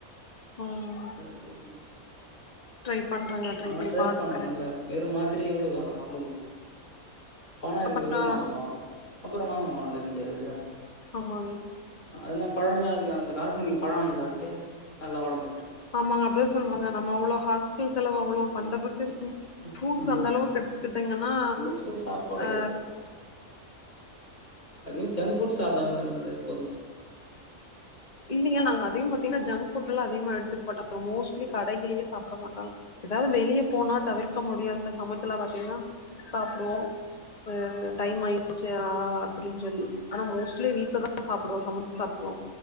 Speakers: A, on the left; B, on the left.
A: ம்
B: <inaudible>
A: ட்ரை பண்றாங்க ட்ரை
B: அவன்
A: பண்ணி பாக்கறே
B: பண்ணணும்ல வேறு மாதிரியே எவ்ளோ கால நம்ப முடியு பண இருக்க
A: அப்றோ
B: வரைையு வாங்குவா அப்றோமா மாண்டெ வே குடியாதில்லா
A: ஆமாங்க
B: அதுனா பழமே அதுக்கு அந்த காசுக்கு நீ பழோ வாங்கி சாப்ட்டு நல்லா ஒடம்ப வச் <inaudible>
A: ஆமாங்க அப்டி தா சொல்வாங்க நம்ம அவ்ளோ ஹாஸ்பிட்டல் செலவு அவ்ளோ பண்றதுக்கு ஃப்ரூட்ஸ்
B: வச்சுருக்கலாம்
A: அந்த அளவுக்கு எடுத்துக்கிட்டங்கன்னா
B: ஃப்ரூட்ஸு சாப்பாடு
A: அ
B: அதிகோ ஜங்க் ஃபுட்ஸ் சாப்டாம இருந்தாலே போது
A: இல்லிங்க நாங்க அதிக பாத்திங்கன்னா ஜங்க் ஃபட்லா அதிகமா எடுத்துக்மாட்டோ மோஸ்ட்லி கடையிலயே சாப்பட மாட்டோ எதாது வெளிய போனா தவிர்க்க முடியாத சமயத்துல பாத்திங்கன்னா சாப்புடுவோ இப்ப டைம் ஆயிடுச்சு ஆ அப்டின் சொல்லி அனா மோஸ்ட்லி வீட்ல தா சாப்புடுவோ சமச்சு சாப்புடுவோ